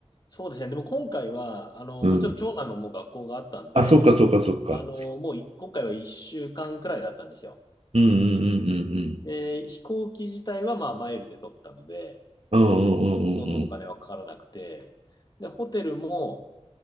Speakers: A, on the left (about 35°); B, on the right (about 60°).
A: そうですね。でも今回は、あの、
B: うん。
A: まあ、ちょっと長男のもう学校があったんで、
B: あ、そうかそうかそうか。
A: あの、もうい今回は1週間くらいだったんですよ。
B: うんうん
A: で、飛行機自体はまあマイルで取ったので、
B: うんうんうん。うんうんうん
A: ほとんどお金はかからなくて、で、ホテルも、